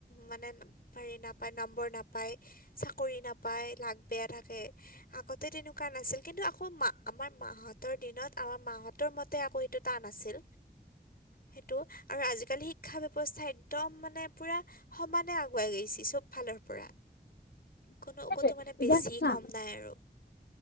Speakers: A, on the left; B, on the left.
A: মানে হেৰি নাপায় নম্বৰ নাপায় চাকৰি নাপ প্ৰায় লাগ বেয়া থাকে আগতে তেনেকুৱা নাছিল কিন্তু আকৌ মা আমাৰ মাহঁতৰ দিনত আমাৰ মাহঁতৰ মতে আকৌ সেইটো টান নাছিল। সেইটো আৰু আজিকালি শিক্ষা ব্যৱস্থা একদম মানে পুৰা সমানে আগুৱাই গৈছি চব ফালৰ পৰা। কোনো
B: সেইটোৱে
A: কতো মানে বেছি
B: এতিয়া চা
A: কম নাই আৰু।